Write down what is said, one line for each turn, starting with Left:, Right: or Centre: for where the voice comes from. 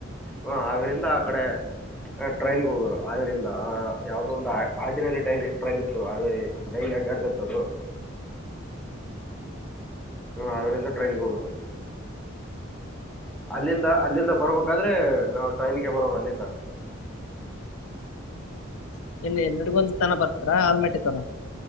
Centre: ಹ ಆರಿಂದ ಆ ಕಡೆ ಟ್ರೈನ್ಗೆ ಹೋಗೋರು ಆರಿಿಂದ ಯಾವ್ದೋ ಒಂದು ಆರ್ಡಿನರಿ ಟ್ರೈನ್ ಟ್ರೈನ್ ಇತ್ತು ಆೇ ಡೈಲಿ ಅಡ್ಡಾಡ್ತತ್ತುದು ಹಾವ ಅವರೆಂದ ಟ್ರೈನಿಂಗ ಹೋಗ ಅಲ್ಲಿಂದ ಅಲ್ಲಿಂದ ಬರ್ಬೇಕ ಯಾದ್ರೆ ನಾವವು ಟ್ರೈನ್ಗೆ ಬರೋರು ಅಲ್ಲಿಂದ
Left: ಇಲ್ಲಿ ನಡುಗೊಂದು ತನ ಬರ್ತದ್ರ ಆಲ್ಮಟ್ಟಿ ತರ